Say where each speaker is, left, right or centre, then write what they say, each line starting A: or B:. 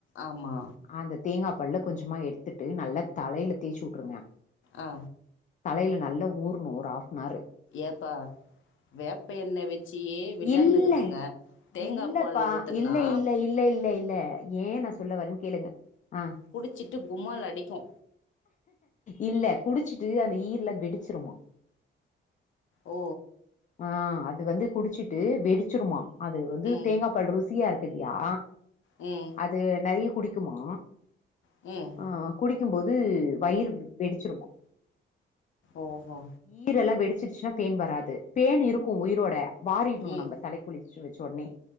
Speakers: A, on the left; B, on the left.
A: ஆமா
B: அந்த தேங்கா பால்ல கொஞ்சமா எடுத்துட்டு நல்லா தலைல தேச்சு விட்ருங்க
A: ஆ
B: தலைல நல்லா ஊறணு ஒரு ஆஃப்னார்ரு
A: ஏப்பா வேப்ப எண்ணெய் வச்சியே வில்லாநகத்துங்க
B: இல்ல
A: தேங்கா
B: இல்லப்பா
A: பால்லு ஊத்துன்னா
B: இல்ல இல்ல இல்ல இல்ல இல்ல ஏ நா சொல்ல வரேன்னு கேளுங்க ஆ
A: குடிச்சிட்டு குமால் அடிக்கு
B: இல்ல குடிச்சிட்டு அந்த ஈர்லா வெடிச்சிருமா
A: ஓ
B: ஆ அது வந்து குடிச்சிட்டு வெடிச்சிருமா அது வந்து
A: ம்
B: தேங்கா பால் ருசியாருக்கு ல்லையா
A: ம்
B: அது நெறைய்ய குடிக்குமா
A: ம்
B: ஆ குடிக்கும்போது வயிறு வெடிச்சிருமா
A: ஓஹோ
B: ஈரெல்லா வெடிச்சிருச்சினா பேன் வராது பேன் இருக்கும் உயிரோட வாரிடணு
A: ம்
B: நம்ம தலைக்கி குளிச்சி வச்ச வொன்னே